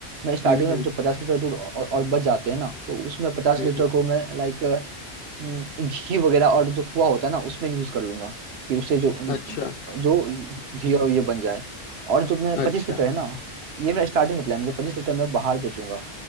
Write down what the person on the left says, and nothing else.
हम्म
हम्म
हम्म
अच्छा
अच्छा